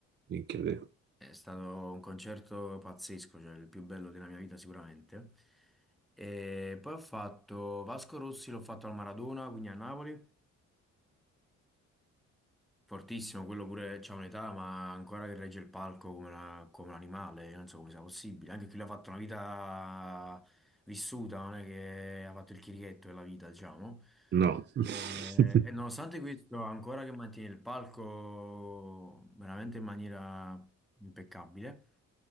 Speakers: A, on the right; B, in the centre.
A: Minchia te.
B: È stato un concerto pazzesco, cioè il più bello della mia vita sicuramente. E poi ho fatto Vasco Rossi, l'ho fatto al Maradona, quindi a Napoli. Fortissimo, quello pure c'ha un'età, ma ancora che regge il palco come, una- come un animale, io non so come sia possibile. Anche chi l'ha fatto una vita vissuta, non è che ha fatto il chirichetto della vita, diciamo.
A: No. <laughs>
B: Eh, E, nonostante questo, ancora che mantiene il palco veramente in maniera impeccabile.